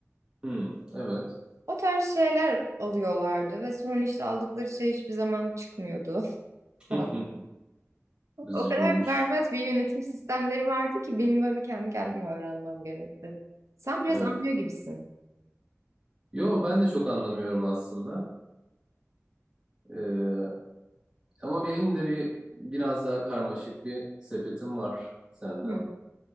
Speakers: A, on the right; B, on the right.
A: Hı, evet.
B: O tarz şeyler alıyorlardı ve sonra işte aldıkları şey hiçbir zaman çıkmıyordu <laughs> falan.
A: <laughs> Üzücüymüş.
B: O kadar berbat bir yönetim sistemleri vardı ki benim böyle kendi kendime öğrenmem gerekti. Sen biraz
A: Evet.
B: anlıyor gibisin.
A: Yo ben de çok anlamıyorum aslında. Ee, ama benim de bir biraz daha karmaşık bir sepetim var senden.
B: Hı.